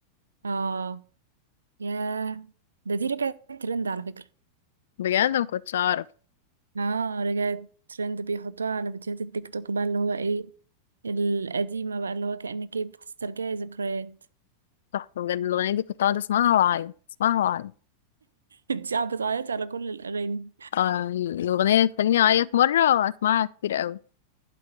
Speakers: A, on the right; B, on the left.
A: اه ياه ده دي رجعت ترند على فكرة
B: بجد ما كنتش اعرف
A: اه رجعت ترند بيحطوها على فيديوهات التيك توك بقى اللي هو ايه القديمة بقى اللي هو كأنك إيه بتسترجعي ذكريات <laughs>
B: تحفه بجد الاغنيه دي كنت اقعد اسمعها واعيط اسمعها واعيط
A: انتي قاعدة بتعيطي على كل الأغاني
B: آه، الاغنيه اللي تخليني اعيط مره اسمعها كتير قوي